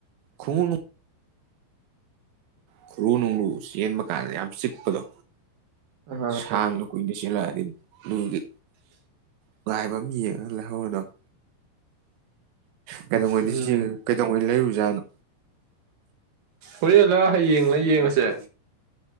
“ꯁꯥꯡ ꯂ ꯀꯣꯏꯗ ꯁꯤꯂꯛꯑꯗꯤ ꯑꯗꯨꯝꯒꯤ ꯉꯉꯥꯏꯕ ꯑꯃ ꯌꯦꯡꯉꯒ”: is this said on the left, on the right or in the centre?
Right